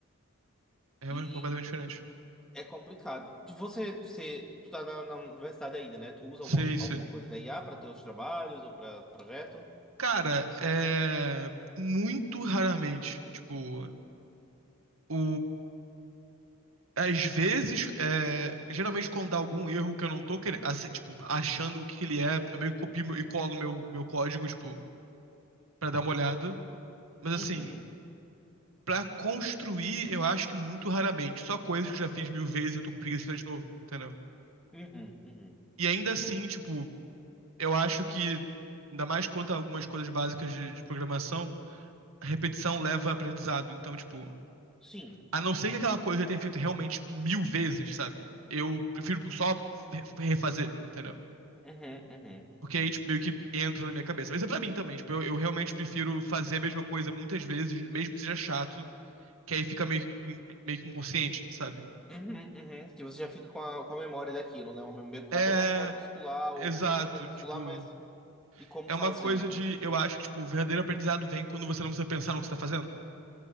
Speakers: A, on the right; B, in the centre.
A: É realmente
B: E
A: completamente diferente.
B: É complicado. Tu, você, você, tu tá na, na universidade ainda, né? Tu usa
A: Sim,
B: alguma,
A: sim.
B: alguma coisa da IA para teus trabalhos ou para projeto?
A: Cara, é muito raramente, tipo, o Às vezes, é, geralmente quando dá algum erro que eu não tô querendo, tipo, achando o que que ele é, eu meio que copio meu- e colo meu, meu código, tipo, pra dar uma olhada. Mas
B: Uhum,
A: assim, pra construir, eu acho que muito raramente. Só coisas que eu já fiz mil vezes e eu tô com preguiça de fazer de novo, entendeu?
B: uhum, uhum.
A: E ainda assim, tipo, eu acho que, ainda mais quanto a algumas coisas básicas de, de programação, a repetição leva a aprendizado. Então, tipo,
B: Sim.
A: a não ser que aquela coisa eu tenha feito realmente mil vezes, sabe? Eu prefiro só re- refazer, entendeu?
B: Uhum, uhum.
A: Porque aí, tipo, meio que entra na minha cabeça. Isso é pra mim também, tipo, eu, eu realmente prefiro fazer a mesma coisa muitas vezes, mesmo que seja chato, que aí fica meio, que- meio que inconsciente, sabe?
B: Uhum, uhum. Que você já fica com a, com a memória daquilo, né? Uma, mem-
A: É,
B: até uma memória muscular, ou,
A: exato,
B: não é meio muscular,
A: tipo,
B: mas de como
A: é
B: fazer.
A: uma coisa de,
B: É,
A: eu acho que, tipo, o verdadeiro aprendizado vem quando você não precisa pensar no que você tá fazendo.